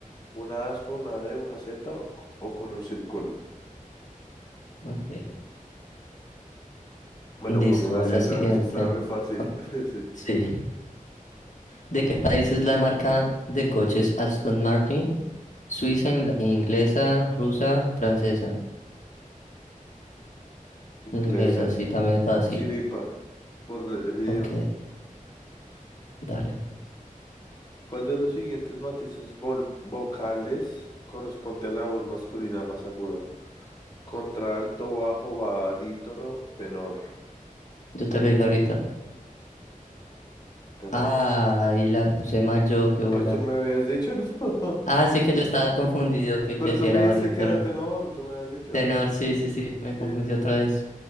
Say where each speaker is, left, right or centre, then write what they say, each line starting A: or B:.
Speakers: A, on the left; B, on the left.
A: ¿Una aspa, una D, una Z o, o con un círculo?
B: Ok.
A: Bueno,
B: Listo,
A: con una
B: a
A: Z,
B: la siguiente.
A: <laughs> ese está re fácil.
B: Ah,
A: <laughs> Sí,
B: sí. ¿De qué país es la marca de coches Aston Martin? Suiza, ingl- inglesa, rusa, francesa.
A: inglesa.
B: Inglesa, sí, también es fácil.
A: Chiripa, por el idioma.
B: Ok, dale.
A: ¿Cuál de los siguientes matices vol- vocales corresponde a la voz masculina más aguda? Contralto, bajo, barítono, tenor.
B: Yo te lo dije ahorita.
A: Tenor.
B: Ah, ahí la puse mal yo, qué bola.
A: Pues tú me habías dicho, <laughs> ¿no?
B: Ah, sí que yo estaba confundido que,
A: Pero
B: que si
A: tú
B: era
A: me dijiste
B: variante
A: que era tenor, tú me habías dicho.
B: Tenor, sí, sí, sí, me confundí
A: Sí.
B: otra vez.